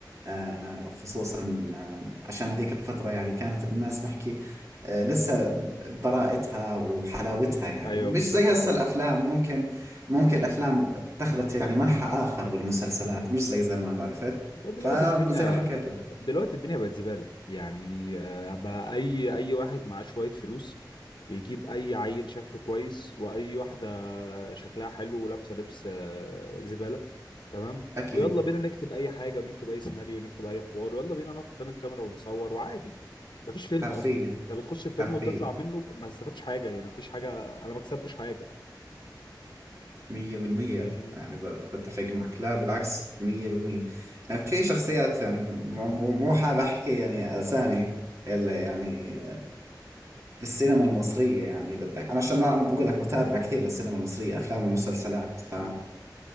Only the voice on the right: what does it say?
آه، خصوصا آه، عشان هذيك الفترة يعني كانت الناس نحكي آه، لسه براءتها وحلاوتها يعني
مش
زي
هسه
الأفلام ممكن ممكن الأفلام اتخذت يعني منحى آخر والمسلسلات مش زي زمان عرفت
فزي
ما حكيت لك
أكيد
حرفيا
حرفيا
مية بالمية
يعني ب- بتفق معك لا بالعكس مية بالمية يعني في شخصيات يعني مو مو مو حاب أحكي يعني أسامي اللي يعني بالسينما المصرية يعني بدك أنا عشان أنا بقول لك متابع كثير للسينما المصرية أفلام
ومسلسلات ففي